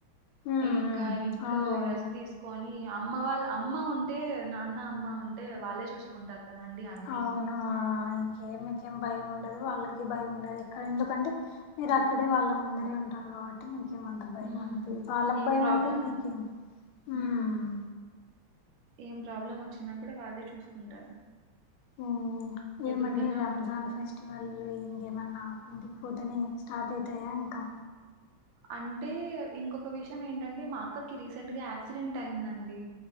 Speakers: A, on the left; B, on the right.
A: హ్మ్
B: ఇంకా
A: హ్మ్
B: ఇంట్లో
A: అవునులేండి
B: రెస్ట్ తీసుకొని అమ్మ వాళ్ళ అమ్మ ఉంటే నాన్న అమ్మ ఉంటే వాళ్ళే చూసుకుంటారు కదాండి అన్ని
A: అవును ఆ మీకేం భయం ఉండదు వాళ్ళకి భయం ఉండదు ఇక్కడ ఎందుకంటే మీరు అక్కడే వాళ్ళ ముందరే ఉంటారు కాబట్టి మీక్ కేం అంత భయం
B: ఉమ్
A: అనిపియదు వాళ్ళుకు
B: ఏం
A: భయం
B: ప్రాబ్లం
A: అనిపియదు మీకేం హ్మ్
B: ఉమ్ ఏం ప్రాబ్లం వచ్చినా కూడా వాళ్ళే చూసుకుంటారు
A: హ్మ్ ఏమండి
B: ఎదురుగానే
A: రంజాన్
B: ఉంటారు కదా
A: ఫెస్టివల్ ఎం జ ఏమన్నా ఇంటికి పోతేనే స్టార్ట్ అయితాయా ఇంకా
B: అంటే ఇంకొక విషయం ఏంటంటే మా అక్కకి రీసెంట్ గా యాక్సిడెంట్ అయిందండి